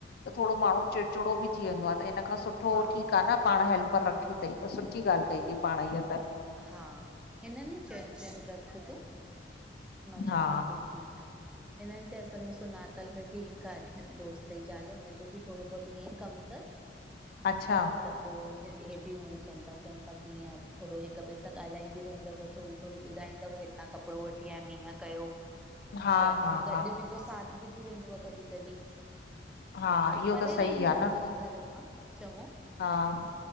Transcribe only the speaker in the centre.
हा
हा
हा हिनन चैयन, चैयन रख तूं मां चयोम
कि ठीक आ। हिनन च्यसु त सुञातल में बि हिक दोस्त जी ज़ाल हुन जो बि थोरो बहुत ईअं ई कम तस। <inaudible>
त पोइ हे, बि हूअं ई चयनता, चयनता की इअं थोरो हिक ॿिए सां ॻाल्हाईंदी रहंदव थोरी थोरी ॿुधाईंदव हितां कपड़ो वठी आयम हीअं कयो।
त
ओ गॾ
बि पोइ साथ बि थी वेंदो आहे कॾहिं कॾहिं।
परे
रहंदी आहे
पर घर खां चॾओ।